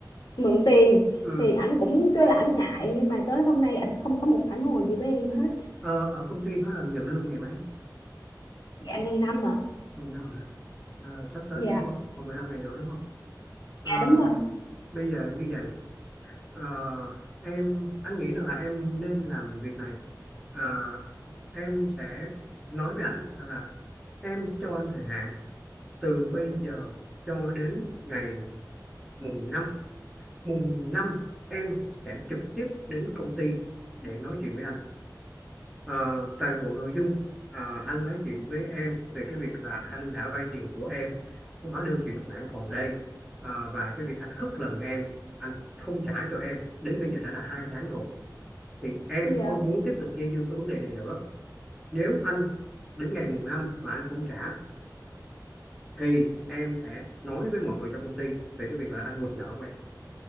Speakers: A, on the left; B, in the centre.
A: mượn tiền
B: ừ
A: thì ảnh cũng kêu là ảnh ngại nhưng mà tới hôm nay ảnh không có một phản hồi gì với em hết
B: Ờ, ở công ty đó là nhận lương ngày mấy?
A: dạ ngày năm mà
B: Ngày năm hả? Ờ, sắp tới
A: dạ
B: rồi đúng không? Còn 15 ngày nữa đúng không? Ờ,
A: dạ đúng rồi
B: bây giờ như vậy, ờ, em anh nghĩ rằng là em nên làm việc này. Ờ, em sẽ nói với ảnh rằng là em cho anh thời hạn từ bây giờ cho đến ngày mùng năm Mùng 5 em sẽ trực tiếp đến công ty để nói chuyện với anh. Ờ, toàn bộ nội dung ờ, anh nói chuyện với em về cái việc là anh đã vay tiền của em hóa đơn chuyển khoản còn đây Ờ, và cái việc anh hất lần em anh không trả cho em đến bây giờ đã là hai tháng rồi thì em
A: dạ
B: không muốn tiếp tục dây dưa cái vấn đề này nữa nếu anh đến ngày mùng 5 mà anh không trả thì em sẽ nói với mọi người trong công ty về cái việc là anh quỵt nợ của em